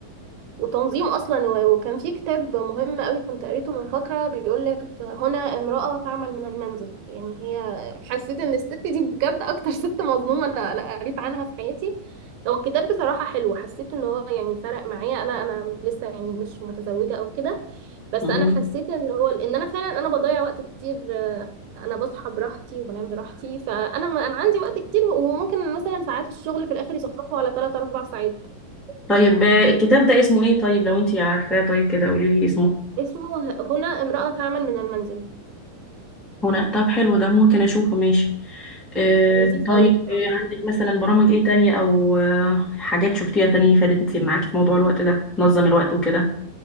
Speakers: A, on the right (about 80°); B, in the centre.
A: وتنظيم اصلا و- وكان في كتاب مهم قوي كنت قريته من فتره بيقول لك هنا امراه تعمل من المنزل يعني هي حسيت ان الست دي بجد اكتر ست مظلومه انا انا قريت عنها في حياتي هو الكتاب بصراحه حلو حسيت ان هو يعني فرق معايا انا انا لسه يعني مش متزوجه او كده بس
B: مم.
A: انا حسيت ان هو ان انا فعلا انا بضيع وقت كتير آه، انا بصحى براحتي وبنام براحتي فانا ما انا عندي وقت كتير وممكن مثلا ساعات الشغل في الاخر يصفصفوا على 3 4 ساعات
B: طيب آه، الكتاب ده اسمه ايه طيب لو انتي عارفاه طيب كده قولي لي اسمه
A: اسمه هنا امرأة تعمل من المنزل
B: هنا طب حلو ده ممكن اشوفه ماشي آه
A: لذيذ
B: طيب
A: قوي بصراحة
B: آه، عندك مثلا برامج ايه تانية او آه حاجات شفتيها تانية فادت معاكي في موضوع الوقت ده نظم الوقت وكده